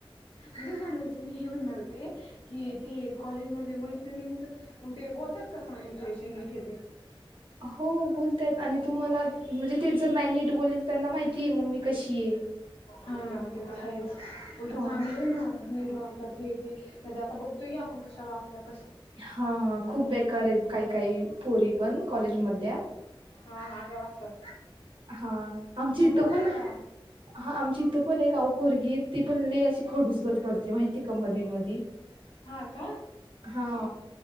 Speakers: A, on the left; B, on the right.
A: तीच म्हणत होते मी हे म्हणणार होते की ते कॉलेजमध्येध म मग ते बोलतात का चांगले पैश नाही ठेे
B: हो बोलतयत आणि तुम्हाला म्हणजे ते जर नाही नट बोलल त्यांना माहिती आहे मग मी कशी आहे.
A: हा म ते तर आहेच उलढं
B: अ,
A: चांगलं आहे ना मी वागतात हे ते आता बघतोय की आपण कशा वागतात
B: हा खूप बेकार आहेत काही काही पोरी पण कॉलेज मधल्या
A: हाा ग्या वाजतात
B: हा आमच्या इथ
A: आपल्याला
B: पणम चिथ पण एक अव खोरगी ती पण ले अशी खडूजगत करते माहिती का मधी मध
A: हा का
B: हा